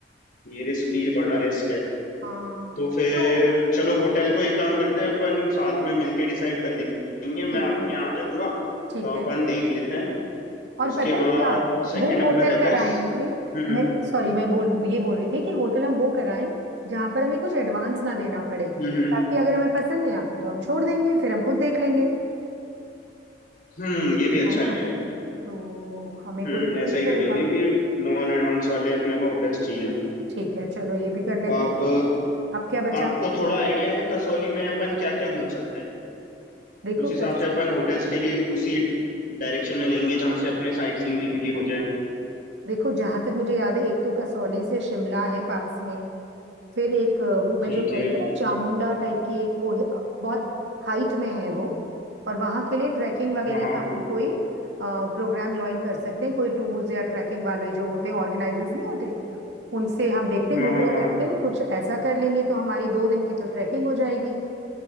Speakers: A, on the left; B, on the right.
A: ये रिस्क भी है बड़ा रिस्क है
B: हाँ
A: तो फिर
B: तो
A: चलो होटल को एक काम करते हैं अपन साथ में मिलके डिसाइड कर लेंगे मैं
B: ठीक
A: आपके
B: है
A: यहाँ आ जाऊंगा
B: ठीक
A: तो
B: है
A: अपन देख लेते हैं
B: और
A: उसके
B: पता है
A: बाद
B: क्या
A: सेकंड
B: वो होटल
A: अपना रहता
B: कराएंगे
A: है स- हम्म
B: मैं सॉरी मैं बोल ये बोल रही थी कि होटल हम वो कराएं जहां पर हमें कुछ एडवांस ना देना पड़े
A: हम्म हम्म
B: ताकि अगर हमें पसंद नहीं आता तो हम छोड़ देंगे फिर हम खुद देख लेंगे
A: हम्म हम्म, ये भी अच्छा
B: है ना
A: आइडिया है
B: तो हमें
A: हम्म
B: कोई वो
A: ऐसा
B: भी नहीं
A: ही करेंगे
B: रहेगा
A: कि नॉन एडवांस वाले अपने को होटल्स चाहिए
B: ठीक है चलो ये भी कर लेते
A: अब
B: हैं अब क्या बचा
A: आपको थोड़ा आइडिया है कसौली में अपन क्या क्या घूम सकते हैं
B: देखो
A: उस हिसाब
B: बस
A: से अपन होटल्स के भी उसी डायरेक्शन में लेंगे जहाँ से अपने साइट सीइंग इजीली हो जाए
B: देखो जहां तक मुझे याद है एक तो कसौली से शिमला है पास में फिर एक अ, वो मैं
A: ठीक
B: जो कह
A: है
B: रही थी ना चामुंडा टाइप की एक वो है, अ, बहुत हाइट में है वो और वहां के लिए ट्रैकिंग वगैरह
A: हाँ हाँ
B: का हम कोई प्रोग्राम ज्वाइन कर सकते हैं कोई टूर्स या ट्रैकिंग वाले जो होते हैं ऑर्गेनाइजर्स नहीं होते उनसे हम देखते
A: हाँ
B: हैं गूगल
A: हाँ हाँ
B: करते
A: हाँ
B: हैं कुछ ऐसा कर लेंगे तो हमारी दो दिन की तो ट्रैकिंग हो जाएगी